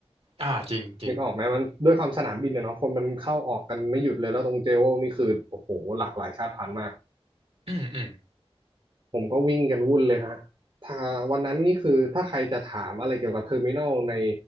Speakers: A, on the right; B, on the right.
A: อ่าจริงจริง
B: นึกออกไหมมันด้วยความสนามบินอะเนาะคนมันเข้าออกกันไม่หยุดเลยแล้วตรงเจโวลนี่คือโอ้โหหลากหลายชาติพันธุ์มาก
A: อืมอืม
B: ผมก็วิ่งกันวุ่นเลยฮะถ้าวันนั้นนี่คือถ้าใครจะถามอะไรเกี่ยวกับเทอร์มินอลใน